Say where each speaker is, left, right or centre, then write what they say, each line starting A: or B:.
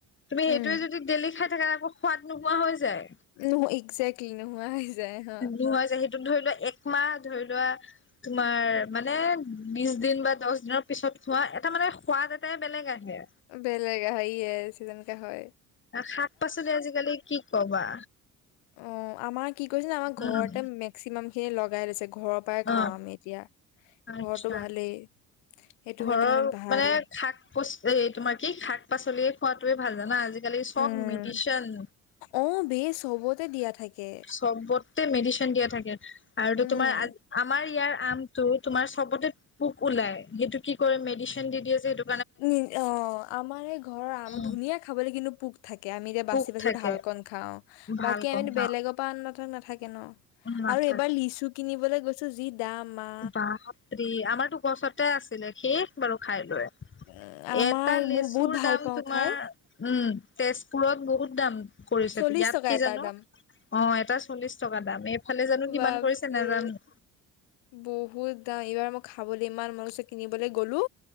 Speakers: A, on the left (about 25°); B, on the left (about 70°).
A: তুমি
B: উম
A: সেইটোৱে যদি ডেলি খাই থাকা, আকৌ সোৱাদ নোপোৱা হৈ যায়।
B: উম্ ইজেক্টলি নোহোৱা হৈ যায় হ।
A: কুহুৱা জালিটো সেইটো ধৰি লোৱা একমাহ ধৰি লোৱা। তোমাৰ মানে বিশ দিন বা দহ দিনৰ পিছত খোৱা, এটা মানে সোৱাদ এটাই বেলেগ আহে।
B: বেলেগ আহে হয়, ই এচ যেনেকৈ হয়।
A: শাক পাচলি আজিকালি কি কবা।
B: অ আমাৰ কি কৰিছে জানও আমাৰ
A: উম
B: ঘৰতে মেক্সিমাম খিনি লগাই লৈছে। ঘৰৰ পৰাই খাওঁ
A: অ
B: আমি এতিয়া,
A: আচ্ছা
B: ঘৰটো ভালেই। সেইটো
A: ঘৰৰ
B: হ'লে ভাল
A: মানে শাক পচলি এ তোমাৰ কি শাক- পাচলিয়ে খোৱাটোয়ে ভাল জানা, আজি- আজি -কালি চব
B: উম
A: মেডিচেন।
B: অ বে চবতে দিয়া থাকে
A: চবতে মেডিচেন দিয়া থাকে আৰু
B: উম
A: টো তোমাৰ, আমাৰ ইয়াৰ আমটো তোমাৰ চবতে পোক ওলাই সেইটো কি কৰে মেডিচিন দি দিয়ে যে এইটো।
B: নি অ', আমাৰে এই ঘৰৰ আম
A: উম,
B: ধুনীয়া খাবলৈ, কিন্তু পোক থাকে আমি যে বাচি
A: পোক
B: বাচি
A: থাকে
B: ভালকন খাওঁ।
A: ভাল
B: বাকী
A: কম
B: আমিতো
A: হা
B: বেলেগৰ পৰা আনিলে নাথাকে ন'।
A: নাথাকে
B: আৰু এইবাৰ লিচু কিনিবলৈ গৈছোঁ যি দাম মা,
A: বাপৰে আমাৰতো গছতে আছিলে, শেষ বাৰু খাই লৈ।
B: আমাৰ
A: এটা লেচুৰ
B: মই বহুত ভাল
A: দাম
B: পাওঁ
A: তোমাৰ
B: খাই
A: উম, তেজপুৰত বহুত দাম। কৰিছে,
B: চল্লিশ
A: ইয়াত
B: টকা
A: কি
B: এটাৰ
A: জানো?
B: দাম
A: অ', এটা চল্লিশ টকা দাম। এইফালে জানো
B: বাপৰে
A: কিমান কৰিছে নেজানো।
B: বহুত দাম, এইবাৰ মই খাবলে ইমান মন গৈছে কিনিবলে গ'লো।